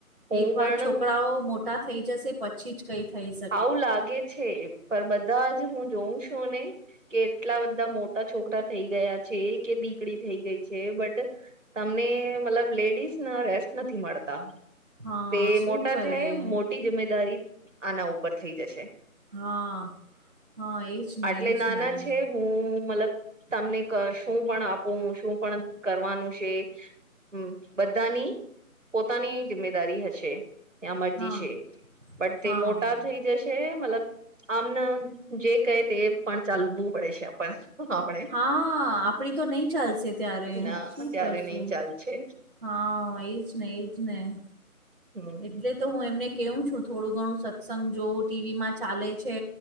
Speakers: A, on the right (about 60°); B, on the right (about 40°).
A: હું
B: એક વાર
A: પણ
B: છોકરાઓ મોટા થઈ જશે પછી જ કઈ થાય છે.
A: આવું લાગે છે પણ બધા જ હું જોઉં છુ. ને કેટલા બધા મોટા છોકરા થઈ ગયા છે કે દીકડી થઈ ગઈ છે. બટ તમને મતલબ લેડીઝ ના રેસ્ટ નથી, મળતા
B: હા
A: તે
B: શું
A: મોટા
B: કરીએ
A: થાય મોટી જમેદારી આના ઉપર થઈ જશે
B: હા હા એજ નહી
A: આટલે
B: એજ
A: નાના
B: નહી
A: છે હું મતલબ તમને શું પણ આપું શું પણ કરવાનું છે. હમ બધાની પોતાની જિમ્મેદારી હશે ત્યાં મરજી
B: હા
A: છે. બટ તે
B: હા
A: મોટા થઈ જશે મતલબ આમને જે કહે તે પણ ચાલવું પડે છે. આપણ આપણે
B: હા, આપડી તો નહી. ચાલશે ત્યારે
A: ના
B: શું
A: અત્યારે
B: કરશુ
A: નહી ચાલ છે
B: હા, એજ નને એજ નહ
A: હમ
B: એટલે તો હુ એમને કેવું છુ, થોડું ઘણું સત્સંગ જોઉું ટીવી માં ચાલે છે.